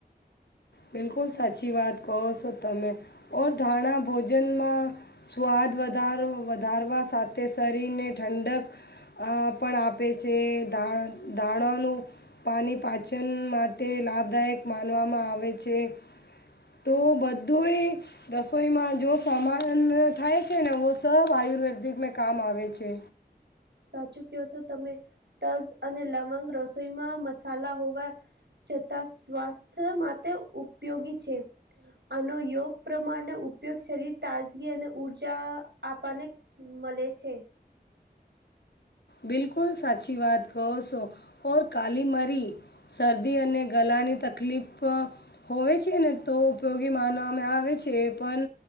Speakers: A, on the left; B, on the right.
A: બિલકુલ સાચી વાત કહો સો તમે ઓર ધાણા ભોજનમાં સ્વાદ વધાર વધારવા સાથે શરીરને ઠંડક અ પણ આપે છે ધા ધાણાોનું પાણી પાચન માટે લાભદાયક માનવામાં આવે છે તો બધુંય રસોઈમાં જો સામાન થાય છે ને વો સબ આયુર્વેદિકમાં કામ આવે છે
B: સાચું કહો છો તમે તજ અને લવંગ રસોઈમાં મસાલા હોવા છતાં સ્વાસ્થ્ય માટે ઉપયોગી છે. આનો યોગ પ્રમાણે ઉપયોગ શરીર તાજગી અને ઉર્જા આપવાને મલે છે
A: બિલકુલ સાચી વાત કોર સો ઓર કાલી મરી શરદી અને ગલાની તકલીફ હોવે છે ને તો ઉપયોગી માનવામાં આવે છે પણ